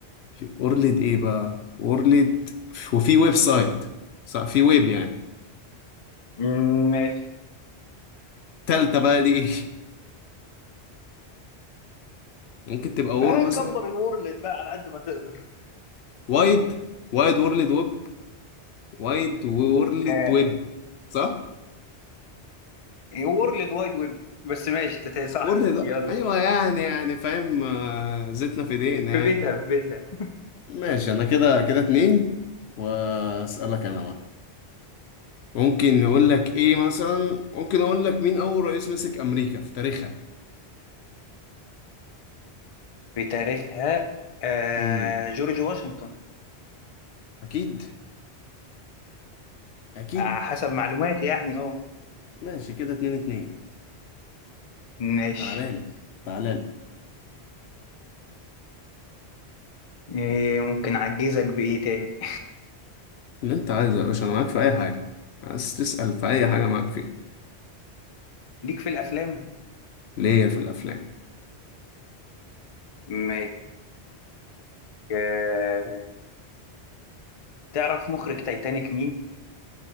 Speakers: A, on the left; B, on the left.
A: في اورليد ايه بقى اورليد وفي ويب سايت صح في ويب يعني
B: مم، ماشي
A: تالتة بقى دي ايه <laughs> ممكن تبقى وور
B: آه
A: مثلا
B: كبر الوورلد بقى على قد ما تقدر
A: وايد وايد وورلد ويب وايد وورلد
B: آه
A: ويب صح
B: وورلد وايد ويب بس ماشي تتهي صح
A: وورلد
B: يلا
A: ايوه يعني يعني فاهم آه، زيتنا في ايدينا
B: في
A: يعني
B: بيتها في بيتها
A: ماشي انا كده كده اتنين واسألك انا بقى ممكن نقول لك ايه مثلا ممكن اقول لك مين اول رئيس مسك امريكا في تاريخها
B: <laughs> في تاريخها آه
A: امم
B: جورج واشنطن
A: اكيد اكيد
B: آه، حسب معلوماتي يعني اه
A: ماشي كده اتنين اتنين
B: ماشي
A: تعالالي تعالالي
B: إيه، ممكن اعجزك بايه تاني
A: اللي انت عايزه يا باشا انا معاك في اي حاجه عايز تسال في اي حاجه معاك فيها
B: <laughs> ليك في الافلام
A: ليا في الافلام
B: ماشي آه، تعرف مخرج تايتانيك مين